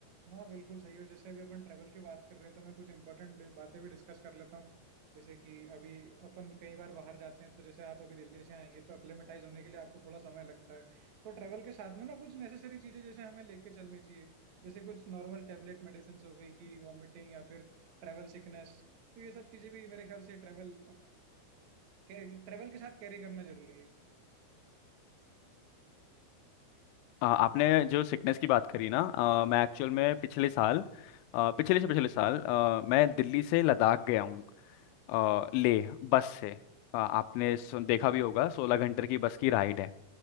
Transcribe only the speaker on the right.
हाँ बिल्कुल सही हो जैसे अभी अपन ट्रैवल की बात कर रहे हैं तो मैं कुछ इंपॉर्टेंट बातें भी डिस्कस कर लेता हूँ जैसे कि अभी अपन कई बार बाहर जाते हैं तो जैसे आप अभी दिल्ली से आएंगे तो अक्लेमेटाइज होने के लिए आपको थोड़ा समय लगता है तो ट्रैवल के साथ में ना कुछ नेसेसरी चीजें जैसे हमें लेके चलनी चाहिए जैसे कुछ नॉर्मल टेबलेट मेडिसिन हो गई कि वॉमिटिंग या फिर ट्रैवल सिकनेस तो ये सब चीजें भी मेरे ख्याल से ट्रैवल ट्रैवल के travel के साथ कैरी करना जरूरी है